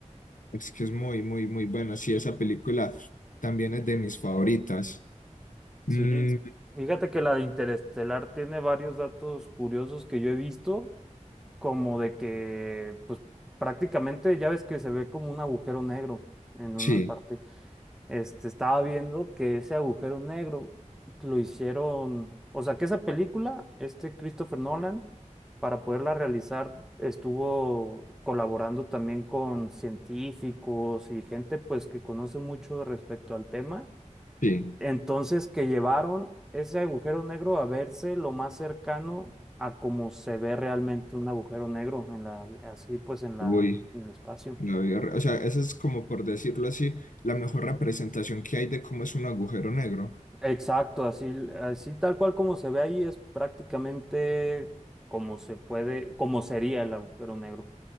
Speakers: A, on the left; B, in the centre.
A: Es que es muy, muy, muy buena. Sí, esa película también es de mis favoritas. Mm,
B: Sí, fíjate que la de Interestelar tiene varios datos curiosos que yo he visto, como de que, pues prácticamente ya ves que se ve como un agujero negro en una
A: sí,
B: parte. Este, estaba viendo que ese agujero negro lo hicieron, o sea, que esa película, este Christopher Nolan, para poderla realizar, estuvo colaborando también con científicos y gente pues que conoce mucho respecto al tema.
A: sí.
B: Entonces, que llevaron ese agujero negro a verse lo más cercano a cómo se ve realmente un agujero negro en la, así pues en la,
A: Uy,
B: en el espacio.
A: la vi horri- O sea, esa es como por decirlo así, la mejor representación que hay de cómo es un agujero negro.
B: Exacto, así, así tal cual como se ve ahí es prácticamente como se puede, como sería el agujero negro.